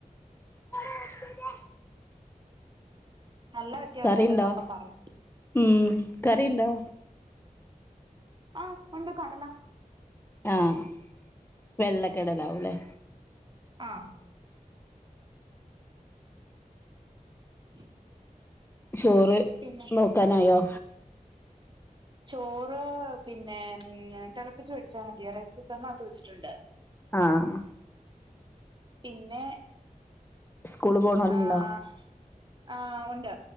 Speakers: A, on the left; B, on the right.
A: <unintelligible>
B: നല്ല വ്യത്യാസണ്ടല്ലോ
A: കറിയുണ്ടോ
B: അപ്പൊ പറയും
A: ഉം കറിണ്ടോ
B: ആഹ് ഉണ്ടാകാരാലോ
A: ആഹ് വെള്ളക്കടെലാവുല്ലേ?
B: ആഹ് <inaudible>
A: ചോറ്
B: പിന്നേ
A: നോക്കാനായോ
B: ചോറ് പിന്നെ തിളപ്പിച്ചു മേടിച്ചാ മതിയ റൈസ് കുക്കറിനകത്ത് വെച്ചിട്ടുണ്ട്
A: ആഹ്
B: പിന്നെ
A: സ്കൂള് പോണോലുണ്ടോ
B: ആഹ് ആഹ് ഉണ്ട്